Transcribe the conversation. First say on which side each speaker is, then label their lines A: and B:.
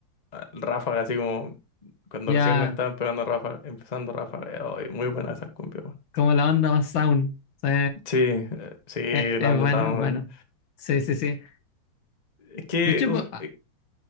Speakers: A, on the left (about 20°); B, on the left (about 70°).
A: el Ráfaga, así como cuando
B: Ya,
A: recién estaban pegando Ráfaga, empezando Ráfaga, eh, oh, y muy buenas esas cumbias, weón.
B: como la onda más sound. Sí,
A: Sí, eh, sí,
B: es, es
A: la onda
B: buena,
A: esa, weón.
B: es buena. Sí, sí, sí.
A: Es que,
B: De hecho,
A: us-
B: pues,
A: eh,